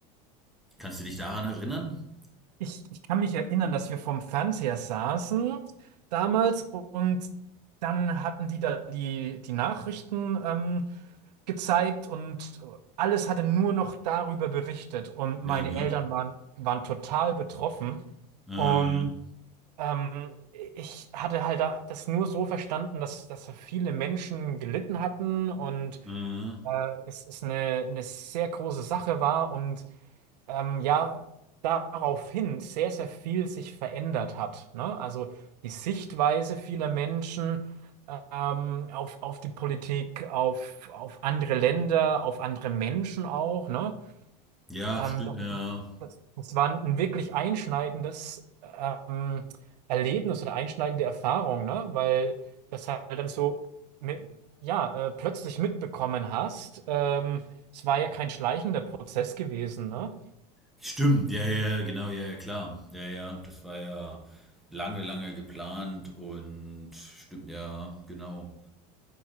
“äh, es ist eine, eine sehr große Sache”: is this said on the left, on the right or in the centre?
Right